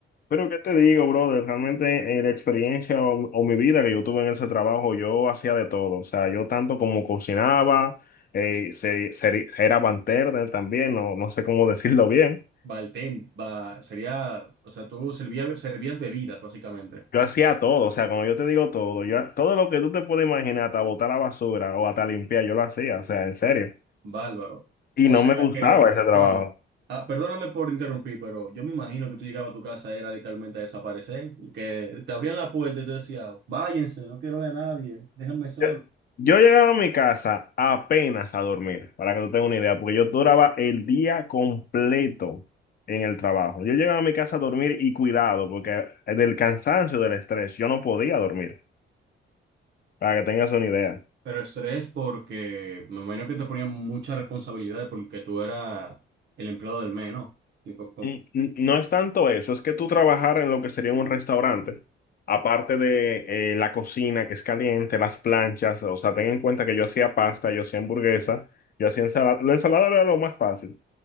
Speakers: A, on the left; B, on the right.
A: Pero qué te digo, brother, realmente en la experiencia o, o mi vida que yo tuve en ese trabajo, yo hacía de todo. O sea, yo tanto como cocinaba, eh, se, se- era bartender también, no, no sé cómo <laughs> decirlo bien.
B: Baltén, va, sería, o sea, tú servía- servías bebidas, básicamente.
A: Yo hacía todo, o sea, cuando yo te digo todo, yo, todo lo que tú te puedes imaginar, hasta botar la basura o hasta limpiar, yo lo hacía, o sea, en serio.
B: Bárbaro.
A: Y
B: O
A: no
B: sea
A: me gustaba
B: que,
A: ese trabajo.
B: wow. Ah, perdóname por interrumpir, pero yo me imagino que tú llegabas a tu casa, era literalmente a desaparecer, y que te abrían la puerta y te decía, váyanse, no quiero ver a nadie, déjenme solo.
A: Yo, yo llegaba a mi casa apenas a dormir, para que tú tengas una idea, porque yo duraba el día completo en el trabajo. Yo llegaba a mi casa a dormir y cuidado, porque del cansancio, del estrés, yo no podía dormir, para que tengas una idea.
B: Pero estrés porque me imagino que te ponían muchas responsabilidades porque tú eras el empleado del mes, ¿no? Tipo, co-
A: Y- y No es tanto eso, es que tú trabajar en lo que sería un restaurante, aparte de eh, la cocina que es caliente, las planchas, o sea, ten en cuenta que yo hacía pasta, yo hacía hamburguesa, yo hacía ensalada, la ensalada era lo más fácil.